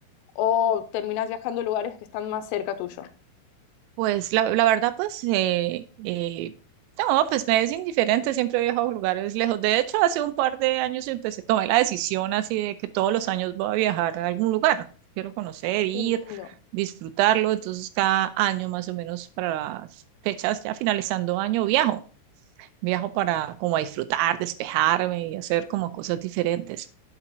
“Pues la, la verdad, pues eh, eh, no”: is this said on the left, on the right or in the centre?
Right